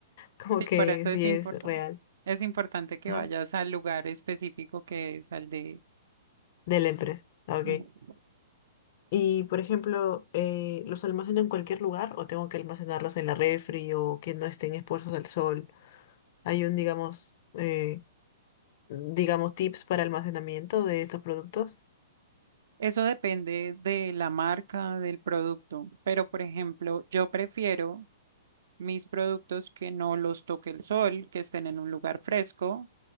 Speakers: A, on the left; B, on the right.
A: Como
B: Sí,
A: que
B: por eso es
A: sí
B: impor-
A: es real.
B: es importante que
A: Ajá.
B: vayas al lugar específico que es al de...
A: De la empresa. Ok.
B: Ujú.
A: Y, por ejemplo, eh, ¿los almaceno en cualquier lugar o tengo que almacenarlos en la refri o que no estén expuestos al sol? Hay un, digamos, eh, digamos, tips para almacenamiento de estos productos.
B: Eso depende de la marca, del producto, pero por ejemplo, yo prefiero mis productos que no los toque el sol, que estén en un lugar fresco